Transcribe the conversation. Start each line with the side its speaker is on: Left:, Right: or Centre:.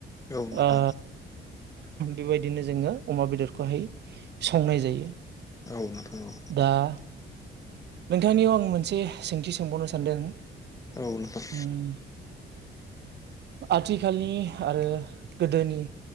Left: औ नोंथां औ नोंथां
Right: ओ बेबायदिनो जोङो अमा बेदरखौहाय संनाय जायो।
Left: औ नोंथां औ।
Right: दा नोंथांनियाव आं मोनसे सोंथि सोंबावनो सानदों।
Left: औ नोंथां।
Right: उम आथिखालनि आरो गोदोनि